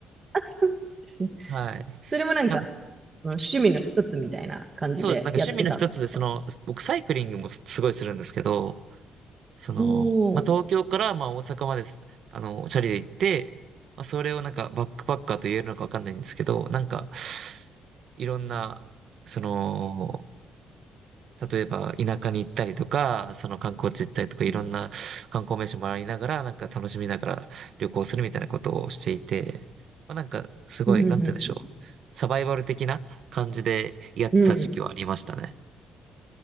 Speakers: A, on the right; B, on the right.
A: あそうですね。
B: はい。
A: それもなんか、
B: なん、
A: その趣味の一つみたいな感じでやってたんですか
B: そうです。なんか趣味の一つで、その、僕サイクリングもすすごいするんですけど、その、
A: おー。
B: まあ、東京から、まあ、大阪まです、あの、チャリで行って、まあ、それをなんか、バックパッカーと言えるのかわかんないんですけど、なんか、いろんな、その、例えば、田舎に行ったりとか、その観光地行ったりとか、いろんな観光名所回りながら、
A: うん
B: なんか楽しみながら旅行するみたいなことをしていて、まあ、なんか、すごい、
A: うんうんう
B: なんて言うんでしょう。サバイバル的な感じでやってた時期はありましたね。
A: ん。うん